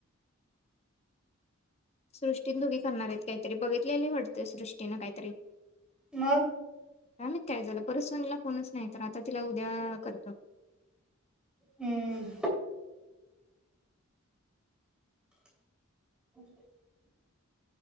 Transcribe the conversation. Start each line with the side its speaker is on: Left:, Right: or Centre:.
Left: सृष्टीन दोघी करणार आहेत, काहीतरी बघितलेलं वाटतं सृष्टीनं काहीतरी,
Centre: मग
Left: काय माहित झालं परत सोनुला फोनच नाही तर आता तिला उद्या करतो.
Centre: हम्म. <inaudible>